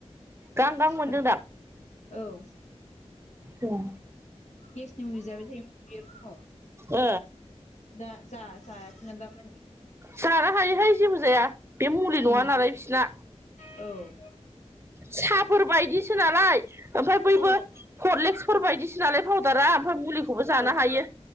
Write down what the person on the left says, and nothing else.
सिखारना
औ
गेसनि मुलि जाबाय थायो बे फुङाव
दा जा-जायाखैना‌ दा मानि-
उम
औ
औ
औ